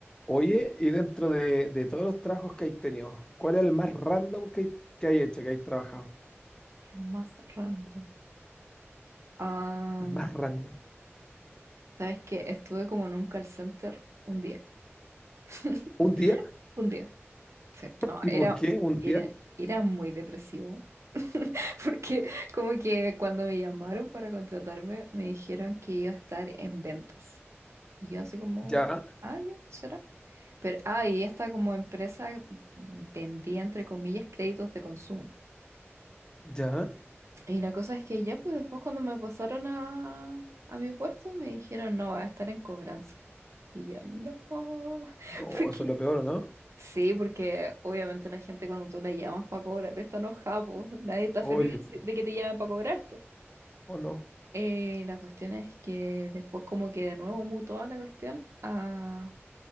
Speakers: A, on the left; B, on the right.
A: Oye, y dentro de, de todos los trabajos que hay tenido, ¿cuál es el más random que, que hay hecho, que hay trabajado?
B: El más random. Ah,
A: El más random.
B: ¿sabes qué? Estuve como en un call center un día. <laughs>
A: ¿Un día?
B: Un día. Sí. No,
A: ¿Y
B: era,
A: por qué un
B: era,
A: día?
B: era muy depresivo. <laughs> Porque como que cuando me llamaron para contratarme, me dijeron que iba a estar en ventas. Y yo así como,
A: Ya,
B: ah, ya, será. Pero, ah, y esta como empresa vendía, entre comillas, créditos de consumo.
A: ya.
B: Y la cosa es que ya, pues después cuando me pasaron a, a mi puesto, me dijeron, no, va a estar en cobranza. Y yo, no, <laughs>
A: No,
B: porque...
A: eso es lo peor, ¿o ¿no?
B: Sí, porque obviamente la gente cuando tú la llamas para cobrarle está enojada, po. Nadie está
A: Oye,
B: feliz de que te llamen para cobrarte.
A: o no.
B: Eh, la cuestión es que después como que de nuevo mutó la cuestión a